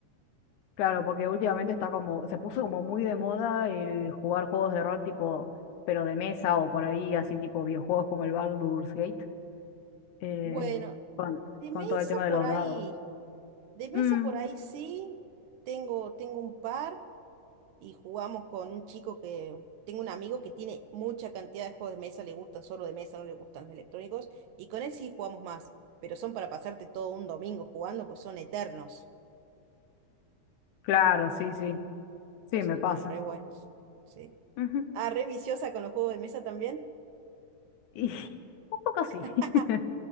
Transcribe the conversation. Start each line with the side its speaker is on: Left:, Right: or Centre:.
Left: Claro, porque últimamente está como, se puso como muy de moda el jugar juegos de rol tipo, pero de mesa o por ahí, así tipo videojuegos como el Baldur's Gate, eh,
Right: Bueno,
Left: con,
Right: de
Left: con
Right: mesa
Left: todo el tema de
Right: por
Left: los
Right: ahí,
Left: dados.
Right: de mesa
Left: Mm,
Right: por ahí sí, tengo, tengo un par. y jugamos con un chico que, tengo un amigo que tiene mucha cantidad de juegos de mesa, le gustan solo de mesa, no le gustan los electrónicos, y con él sí jugamos más, pero son para pasarte todo un domingo jugando, pues son eternos.
Left: claro, sí, sí, sí,
Right: Esos
Left: me
Right: están
Left: pasa.
Right: re buenos. Sí.
Left: Ujú.
Right: Ah, re viciosa con los juegos de mesa también.
Left: Y <laughs> un poco sí.
Right: <laughs>
Left: <laughs>